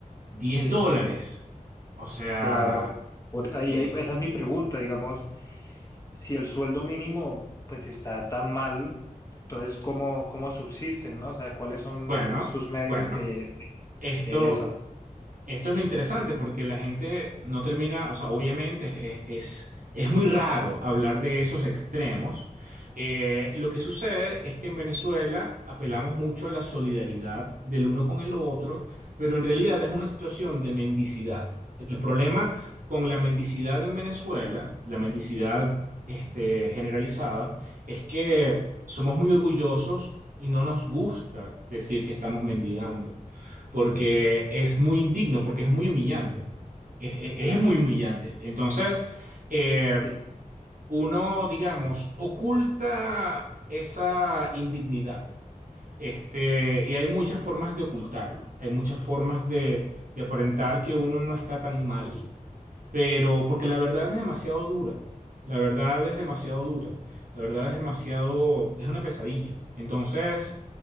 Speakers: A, on the right; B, on the left.
A: diez
B: sí.
A: dólares. O sea,
B: Claro, por ahí
A: eh,
B: hay- esa es mi pregunta, digamos, si el sueldo mínimo pues está tan mal, entonces ¿cómo, cómo subsisten, ¿no? O sea, ¿cuáles son
A: bueno,
B: sus medios
A: bueno,
B: de, de,
A: esto
B: de eso?
A: Esto es lo interesante porque la gente no termina, o sea, obviamente es, es, es muy raro hablar de esos extremos. Eh, lo que sucede es que en Venezuela apelamos mucho a la solidaridad del uno con el otro, pero en realidad es una situación de mendicidad. El problema con la mendicidad en Venezuela, la mendicidad este, generalizada, es que somos muy orgullosos y no nos gusta decir que estamos mendigando porque es muy indigno, porque es muy humillante. Es, es- es muy humillante. Entonces, eh,
B: Sí.
A: uno, digamos, oculta esa indignidad este, y hay muchas formas de ocultarlo, hay muchas formas de, de aparentar que uno no está tan mal, pero porque la verdad es demasiado dura, la verdad es demasiado dura, la verdad es demasiado, es una pesadilla. Entonces,